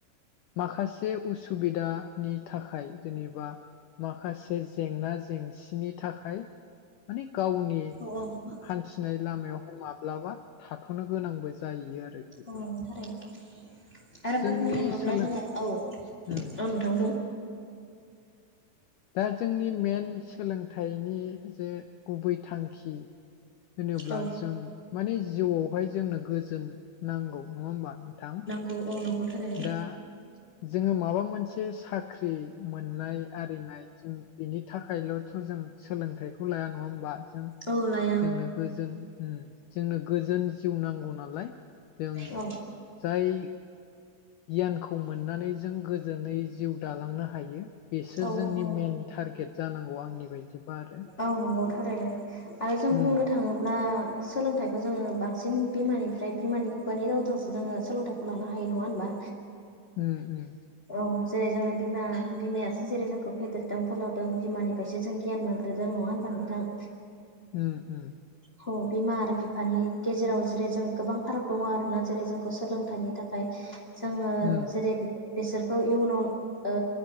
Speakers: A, on the left; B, on the left.
A: माखासे उसुबिदानि थाखाय जेनेबा माखासे जेंना जेंसिनि थाखाय माने गावनि
B: औ औ
A: हान्थिनाय लामायावहाय माब्लाबा थाथ'नो गोनांबो जायो आरो
B: अ थारैनो नोंथां आरो
A: जोंनि
B: बुंनो थाङोब्ला
A: सोलों
B: जोङो औ औ
A: उम
B: नोंथां
A: दा जोंनि मेन सोलोंथाइनि जे गुबै थांखि होनोब्ला
B: औ
A: जों माने जिउआवहाय जोंनो गोजोन नांगौ नङा होमबा नोंथां
B: अ नंगौ थारैनो
A: दा जोङो माबा मोनसे साख्रि मोननाय आरिनाय जों बेनि थाखायल' थ' जों सोलोंथाइखौ लाया नङा होमबा जों
B: औ ने
A: जोंनो गोजोन उम जोंनो गोजोन जिउ नांगौ नालाय जों
B: औ
A: जाय गियानखौ मोननानै जों गोजोनै जिउ दालांनो हायो बेसो
B: औ
A: जोंनि
B: औ
A: मेन टारगेट जानांगौ आंनि बायदिबा आरो
B: औ नंगौ थारैनो आरो जों
A: उम
B: बुंनो थाङोब्ला सोलोंथाइखौ जोङो बांसिन बिमानिफ्राय बिमानि खुगानि रावजोंसो जोङो सोलोंथाइखौ लानो हायो नङा होनबा
A: उम उम
B: औ जेरै जोंनो बिमा बिमायासो जेरै जोंखौ फेदेरदों फोलावदों बिमानिफ्रायसो जों गियान मोनग्रोदों नङा होनबा नोंथां
A: उम उ
B: हौ बिमा आरो बिफानि गेजेराव जेरै जों गोबां फाराग दङ आरो ना जेरै जोंखौ सोलोंथाइनि थाख खाय जोङो
A: उम
B: जेरै बेसोरखौ इयुनाव ओ